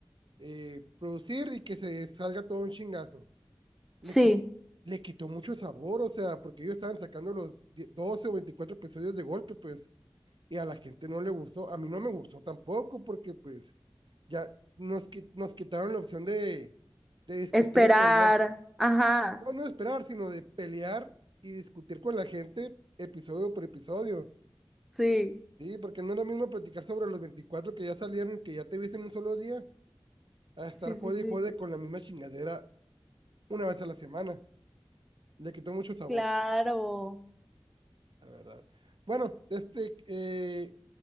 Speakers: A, on the right; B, in the centre.
A: eh, producir y que se salga todo un chingazo. Le,
B: sí.
A: quit- le quitó mucho sabor, o sea, porque ellos estaban sacando los 12 o 24 episodios de golpe, pues, y a la gente no le gustó. A mí no me gustó tampoco, porque pues ya nos, qui- nos quitaron la opción de, de discutir
B: Esperar.
A: y pelear.
B: Ajá.
A: No, no de esperar, sino de pelear y discutir con la gente episodio por episodio.
B: Sí,
A: Sí, porque no es lo mismo platicar sobre los 24 que ya salieron, que ya te viste en un solo día, a estar
B: sí, sí,
A: jode
B: sí.
A: y jode con la misma chingadera una vez a la semana. Le quitó mucho sabor,
B: Claro.
A: la verdad. Bueno, este, eh,